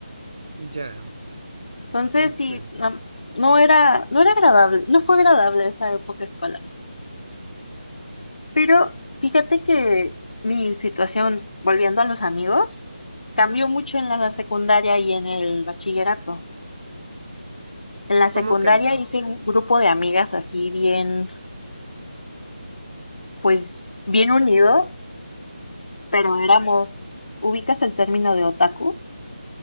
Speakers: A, on the right; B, on the left.
A: Ya,
B: Entonces,
A: comprendo.
B: sí, no, no era, no era agradable, no fue agradable esa época escolar. Pero fíjate que mi situación, volviendo a los amigos, Cambió mucho en la secundaria y en el bachillerato. En la
A: ¿Cómo
B: secundaria
A: cambió?
B: hice un grupo de amigas así bien, pues bien unido, pero éramos, ubicas el término de otaku,